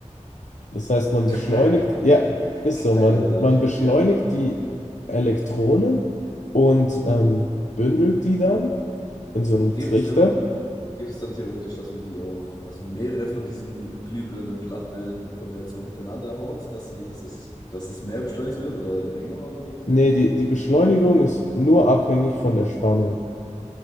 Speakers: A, on the left; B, on the left.
A: Das heißt, man
B: <laughs>
A: beschleunigt, ja, ist
B: Geil,
A: so, man,
B: Alter.
A: man beschleunigt
B: Ja.
A: die Elektronen und ähm, bündelt die dann in so einem
B: Geht
A: Trichter.
B: es, wenn man, geht es dann theoretisch, dass man die auch, dass man mehrere von diesen glühbirnen Platten in Kombination hintereinander haut, dass sie, dass es, dass es mehr beschleunigt wird oder länger oder sowas?
A: Nee, die, die Beschleunigung ist nur abhängig von der Spannung.